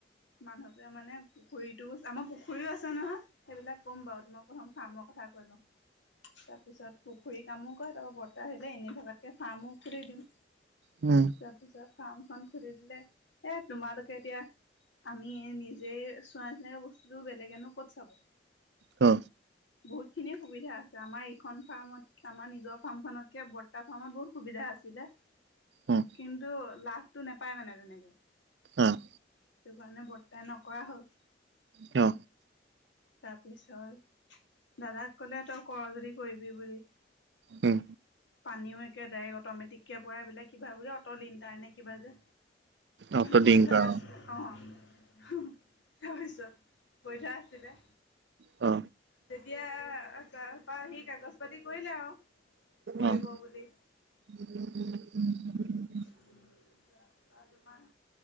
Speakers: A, on the left; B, on the right.
A: মানুহটোৱে মানে পুখুৰীটো, আমাৰ পুখুৰীও আছে নহয়। সেইবিলাক ক'ম বাও। তোমাক প্ৰথম ফাৰ্মৰ কথা কৈ লওঁ। তাৰপিছত পুখুৰীৰ কামো কৰে। তাৰপা বৰ্তাই ভাবিলে এনেই থকাতকৈ ফাৰ্মো খুলি দিওঁ।
B: উম।
A: তাৰপিছত ফাৰ্মখন খুলি দিলে। এই তোমালোকে এতিয়া আমি এ নিজেই চোৱা নিচিনাকে বস্তুটো বেলেগেনো ক'ত চাব?
B: অ।
A: বহুতখিনি সুবিধা আছে। আমাৰ এইখন ফাৰ্মত আমাৰ নিজৰ ফাৰ্মখনতকে বৰ্তা ফাৰ্মত বহুত সুবিধা আছিলে,
B: উম,
A: কিন্তু লাভটো নেপায় মানে তেনেকে। সেইটো
B: অ',
A: কাৰণে বৰ্তাই নকৰা হ'ল।
B: অ।
A: তাৰপিছত দাদাক ক'লে তই কৰ যদি কৰিবি বুলি।
B: উম।
A: পানীও একে ডাইৰেক অট'মেটিককে পৰে বোলে। কিবা বোলে অট লিণ্টাৰ নে কিবা যে।
B: অট'ডিংকাৰ অ', তো
A: কৰি
B: ডিংকাৰ,
A: থোৱা আছে। অ, অ তাৰপিছত কৰি থোৱা আছিলে।
B: অ।
A: তেতিয়া তাপা আহি কাগজ-পাতি কৰিলে আও। কৰিব
B: অ',
A: বুলি
B: <inaudible>
A: এতিয়া পৰা তোমাৰ